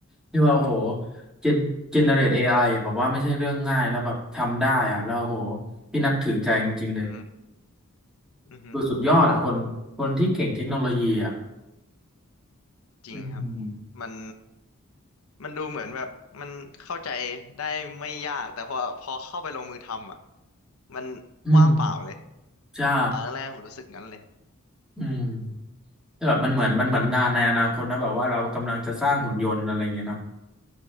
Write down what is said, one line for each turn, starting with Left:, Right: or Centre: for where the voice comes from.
Centre: ที่ว่าโอ้โหเจนเจเนเรตเอไอแบบว่าไม่ใช่เรื่องง่ายแล้วแบบทำได้อะแล้วโอ้โหพี่นับถือใจจริงๆเลย
Left: อืมอืม
Centre: คือสุดยอดอะคนคนที่เก่งเทคโนโลยีอะ
Left: จริงครับ
Centre: อืม
Left: มันมันดูเหมือนแบบมันเข้าใจได้ไม่ยากแต่พอพอเข้าไปลงมือทำอ่ะมัน
Centre: อืม
Left: ว่างเปล่าเลย
Centre: ใช่
Left: ตอนแรกๆผมรู้สึกงั้นเลย
Centre: อืมแต่แบบมันเหมือนมันเหมือนงานในอนาคตนะแบบว่าเรากำลังจะสร้างหุ่นยนต์อะไรอย่างเงี้ยเนาะ